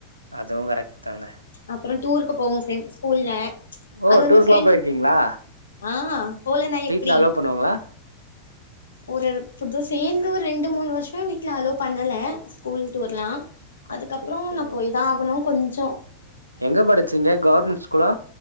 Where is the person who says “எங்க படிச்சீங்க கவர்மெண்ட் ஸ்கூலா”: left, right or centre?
Right